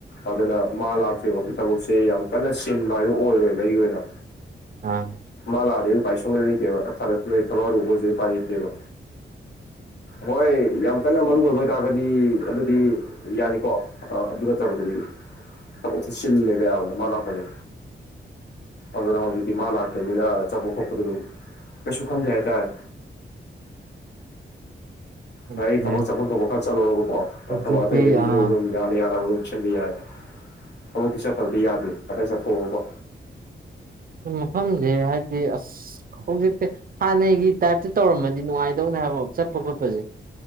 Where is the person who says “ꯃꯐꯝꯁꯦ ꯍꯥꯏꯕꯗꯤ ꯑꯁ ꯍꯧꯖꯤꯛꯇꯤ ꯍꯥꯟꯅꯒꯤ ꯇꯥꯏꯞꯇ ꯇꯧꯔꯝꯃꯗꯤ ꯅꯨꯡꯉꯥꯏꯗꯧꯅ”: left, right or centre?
Right